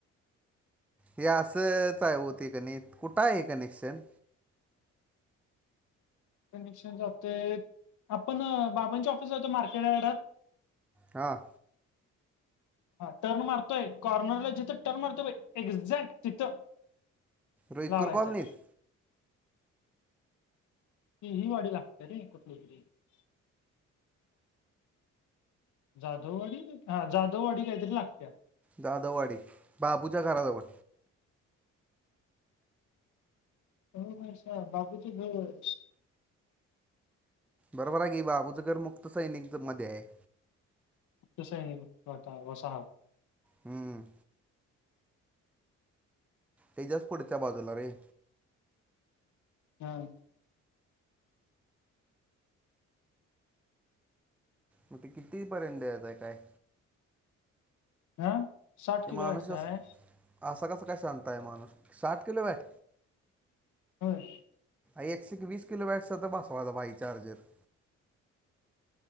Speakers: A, in the centre; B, on the left.
A: हे असंच आहे होती क नाही कुठं आहे कनेक्शन.
B: कनेक्शन जातो आपण बाबांच्या ऑफिस जातो मार्केडाकड
A: हां,
B: <inaudible> हा टर्न मारतोय. कॉर्नरला जिथं टर्न मारतोय पाय एक्झॅक्ट तिथं.
A: रईकर
B: लावायचा
A: कॉलनीत.
B: आहे. ती ही वाडी लागते रे, कुठली तरी जाधववाडी हा जाधववाडी काहीतरी लागत्या.
A: जाधववाडी बाबूच्या घराजवळ
B: हो मनिषा बापूचं घर
A: बरोबर आहे की, बाबू च घर मुक्त सैनिक मध्ये आहे.
B: क्त सैनिक <unintelligible> घोसाहार
A: ह, तेच्याच पुढच्या बाजूला रे.
B: ह,
A: मग ते कितीपर्यत द्यायचं आहे काय?
B: हं साठ
A: ते
B: किलो
A: माणूस
B: वाटतंय.
A: असं असा कसा काय शांत आहे माणूस. साठ किलो वेट
B: होय.
A: एकशे एक वीस किलो वॉटचा त बसवा बाई चार्जर.